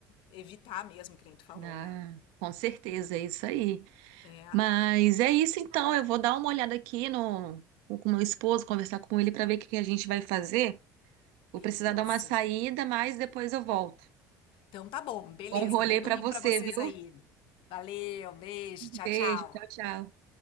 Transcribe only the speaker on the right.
Ah,
com certeza, é isso aí.
Mas é isso então, eu vou dar uma olhada aqui no com o meu esposo, conversar com ele para ver o que que a gente vai fazer. Vou
precisar dar uma saída, mas depois eu volto.
Bom rolê
para
você,
viu?
Beijo,
tchau, tchau.